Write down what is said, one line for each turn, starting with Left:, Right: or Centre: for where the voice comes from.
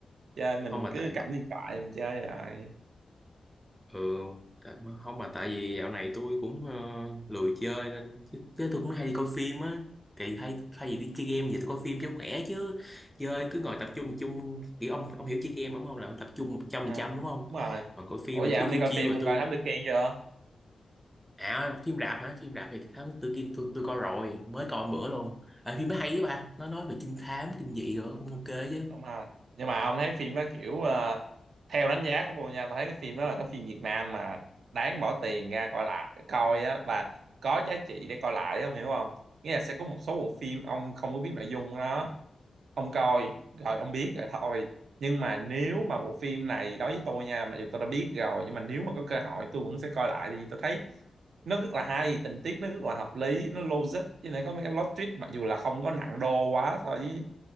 Right: chơi mình
Centre: không mà
Right: cứ
Centre: tại
Right: cắm điện thoại mình chơi rồi
Centre: ừ tại, không mà tại vì dạo này tôi cũng ờ, lười chơi nên chứ, chứ tôi cũng hay đi coi phim á thì hay thay vì đi chơi game giờ tôi coi phim cho khỏe chứ chơi cứ ngồi tập trung tập trung kiểu ông ông hiểu chơi game đúng không là tập trung một trăm phần
Right: à,
Centre: trăm đúng không
Right: đúng rồi
Centre: còn coi phim
Right: ủa vậy
Centre: thì
Right: ông
Centre: cứ chiêu
Right: đi coi
Centre: chiêu
Right: phim
Centre: rồi
Right: ông
Centre: tôi
Right: coi Thám Tử Kiên chưa
Centre: à phim rạp hả phim rạp thì thám tử Kiên tôi tôi coi rồi mới coi một bữa luôn à, phim nó hay với bà nó nói về trinh thám kinh dị rồi cũng ok chứ
Right: đúng rồi nhưng mà ông thấy phim đó kiểu ờ, theo đánh giá của tôi nha tôi thấy cái phim đó là cái phim Việt Nam mà đáng bỏ tiền ra coi lại coi á và có giá trị để coi lại ông hiểu không nghĩa là sẽ có một số bộ phim ông không có biết nội dung của nó ông coi rồi ông biết rồi thôi nhưng mà nếu mà bộ phim này đối với tôi nha mặc dù tôi đã biết rồi nhưng mà nếu mà có cơ hội tôi vẫn sẽ coi lại thì tôi thấy nó rất là hay tình tiết nó rất là hợp lý nó logic với lại có mấy cái plot twist mặc dù là không có nặng đô quá so với